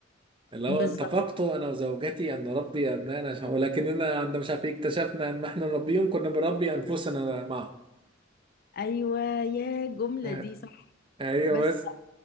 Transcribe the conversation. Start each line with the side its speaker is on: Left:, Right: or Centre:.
Right: اللي
Left: بالظبط
Right: هو اتفقت انا وزوجتي ان نربي ابنائنا ولكننا عندما مش عارف إيه اكتشفنا ان احنا نربيهم كنا بنربي انفسنا معهم
Left: ايوه يا جملة
Right: <laughs>
Left: دي صح
Right: ايوه
Left: بس
Right: بس